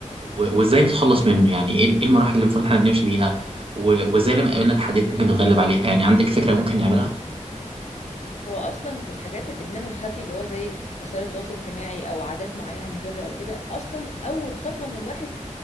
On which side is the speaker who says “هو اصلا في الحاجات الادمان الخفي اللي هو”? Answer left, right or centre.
Left